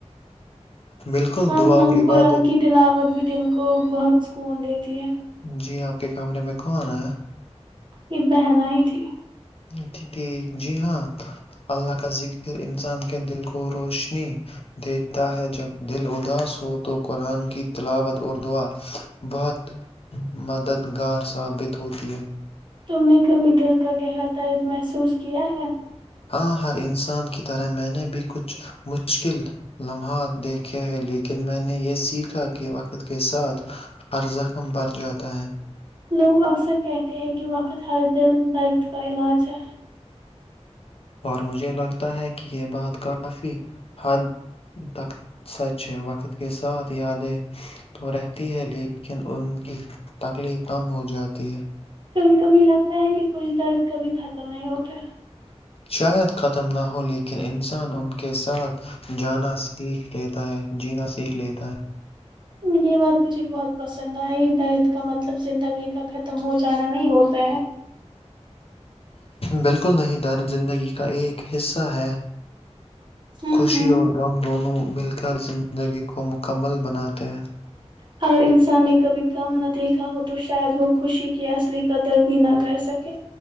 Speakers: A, on the left; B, on the right.
A: بالکل
B: ہاں
A: دعا
B: ہاں
A: اور عبادت
B: کو ہنکیٹ ل آباد بھی دل کو بہت سکون دیتی ہے
A: جی آپ کے کمرے میں کون آنا ہے
B: یہ بہن ہی تھی
A: ج ٹھیک جی ہاں اللہ کا ذکر انسان کے دل کو روشنی دیتا ہے جب دل اداس ہو تو قرآن کی تلاوت اور دعا بہت مددگار ثابت ہوتی ہے
B: تم نے کبھی دل کا گہرا درد محسوس کیا ہے
A: ہاں ہر انسان کی طرح میں نے بھی کچھ مشکل لمحات دیکھے ہے لیکن میں نے یہ سیکھا کہ وقت کے ساتھ ہر زخم بر جاتا ہے
B: لوگ اکثر کہتے ہیں کہ وقت ہر دل درد کا علاج ہے
A: اور مجھے لگتا ہے کہ یہ بات کافی حد تک سچ ہے وقت کے ساتھ یادیں تو رہتی ہے لیکن ان کی تکلیف کم ہو جاتی ہے
B: کبھی کبھی لگتا ہے کہ کچھ درد کبھی خم تم نہیں ہوتے
A: شاید ختم نہ ہو لیکن انسان ان کے ساتھ جانا ستا ہے جینا سیکھ لیتا ہے
B: یہ بات مجھے بہت پسند آئی درد کا مطلب زندگی کا ختم ہو جانا نہیں ہوتا ہے
A: بالکل نہیں در زندگی کا ایک حصہ ہے
B: ہ
A: خوشی
B: ہ
A: اور غم دونوں مل کر زندگی کو مکمل بناتے ہیں
B: اگر انسان نے کبھی کم نہ دیکھا ہو تو شاید وہ خوشی کی اصلی قدر بھی نہ کر سکے